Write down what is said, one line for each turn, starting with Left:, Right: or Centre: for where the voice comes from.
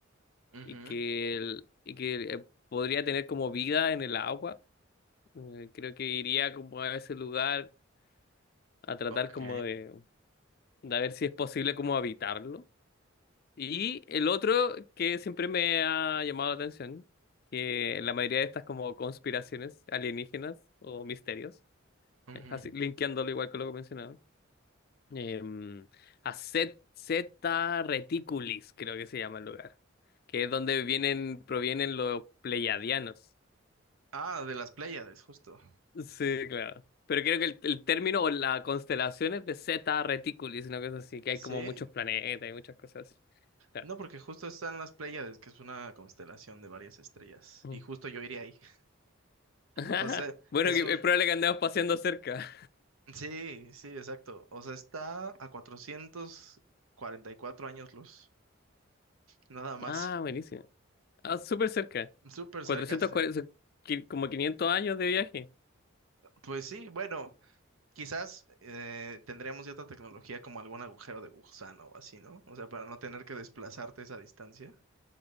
Right: ujú,
Left: y que, el- y que eh, podría tener como vida en el agua. Eh, creo que iría como a ese lugar a tratar
Right: ok.
Left: como de, de ver si es posible como habitarlo. Y el otro que siempre me ha llamado la atención, que la mayoría de estas como conspiraciones alienígenas o misterios
Right: ujú.
Left: eh, así, linkeándolo igual con lo que mencionaba. Em, a Z, Zeta Reticulis, creo que se llama el lugar, que es donde vienen, provienen los pleiadianos.
Right: Ah, de las Pléyades, justo.
Left: Sí, claro. Pero creo que el, el término o la constelación es de Zeta Reticulis, una cosa así, que hay
Right: ¿Sí?
Left: como muchos planetas y muchas cosas así. Claro.
Right: No, porque justo están las Pléyades, que es una constelación de varias estrellas,
Left: Mm.
Right: y justo yo iría ahí. <laughs>
Left: <laughs>
Right: O sea,
Left: Bueno,
Right: es
Left: que-
Right: un...
Left: es probable que andemos paseando cerca.
Right: Sí, sí, exacto. O sea, está a cuatrocientos cuarenta y cuatro años luz, nada más.
Left: Ah, buenísimo. Ah, súper cerca.
Right: <laughs> Súper
Left: 440,
Right: cerca. sí.
Left: qui- como 500 años de viaje.
Right: Pues sí, bueno, quizás eh, tendríamos ya otra tecnología como algún agujero de gusano o así, ¿no? O sea, para no tener que desplazarte esa distancia,